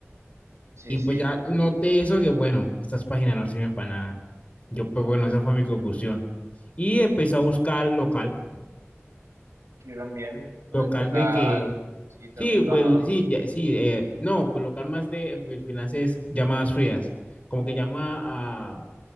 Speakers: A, on the right; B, on the left.
A: Sí,
B: Y
A: sí,
B: pues ya noté eso que, bueno, estas páginas no sirven para nada. Yo, pues bueno, esa fue mi conclusión. Y empecé a buscar local,
A: yo también. Pues,
B: local
A: local,
B: de que,
A: sí, también
B: sí,
A: he trabajado
B: pues
A: local.
B: sí, ya- sí, eh, no, pues local más de freelancers llamadas frías, como que llama a,